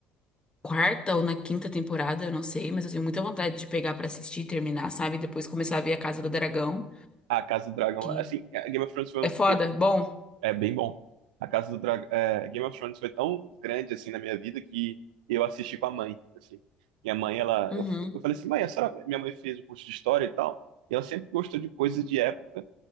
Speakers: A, on the left; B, on the right.
A: quarta ou na quinta temporada, eu não sei. Mas eu tenho muita vontade de pegar pra assistir, terminar, sabe? E depois começar a ver A Casa do Dragão,
B: A Casa do Dragão,
A: que
B: assim, a Game of Thrones foi,
A: é foda.
B: foi-
A: Bom,
B: é bem bom. A Casa do Dragão, é, Game of Thrones foi tão grande assim na minha vida que eu assisti com a mãe, assim. Minha mãe, ela,
A: uhum,
B: eu, eu falei assim, mãe, a senhora, minha mãe fez o curso de história e tal, e ela sempre gostou de coisas de época.